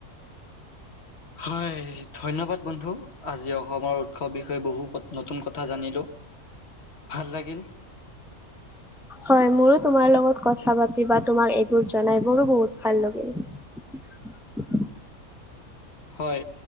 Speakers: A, on the left (about 50°); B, in the centre.
A: হয় ধন্যবাদ। বন্ধু আজি অসমৰ উৎসৱ বিষয়ে বহু নতুন কথা জানিলোঁ ভাল লাগিল।
B: হয়, মোৰো তোমাৰ লগত কথা পাতি বা তোমাক এইবোৰ জনাই মোৰো বহুত ভাল লাগিল।
A: হয়,